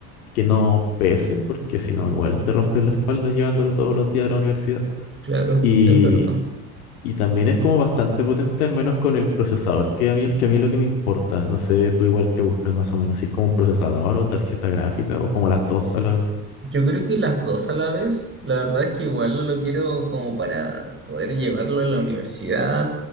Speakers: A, on the left; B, on the right.
A: que no pese, porque si no, igual te rompes la espalda llevándolo todos los días a la universidad.
B: Claro,
A: Y,
B: es verdad.
A: y también es como bastante potente, al menos con el procesador, que a mí, que a mí es lo que me importa. No sé, tú igual que buscas más o menos, si es como un procesador o tarjeta gráfica o como las dos a la vez.
B: Yo creo que las dos a la vez, la verdad es que igual lo quiero como para poder llevarlo a la universidad